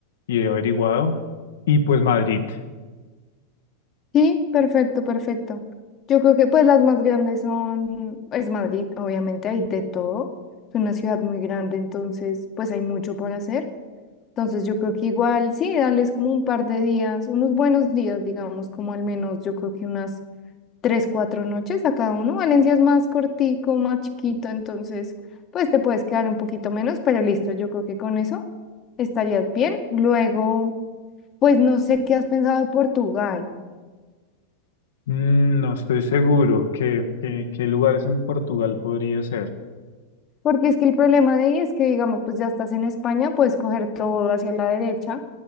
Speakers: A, on the left; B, on the left.
A: y he averiguado. Y pues Madrid.
B: Sí, perfecto, perfecto. Yo creo que pues las más grandes son, es Madrid, obviamente hay de todo. Es una ciudad muy grande, entonces pues hay mucho por hacer. Entonces yo creo que igual, sí, darles como un par de días, unos buenos días, digamos, como al menos yo creo que unas tres, cuatro noches a cada uno. Valencia es más cortico, más chiquito, entonces pues te puedes quedar un poquito menos, pero listo, yo creo que con eso estarías bien. Luego, pues no sé qué has pensado de Portugal.
A: Mm, No estoy seguro qué, qué, qué lugares en Portugal podría ser.
B: Porque es que el problema de ahí es que, digamos, pues ya estás en España, puedes coger todo hacia la derecha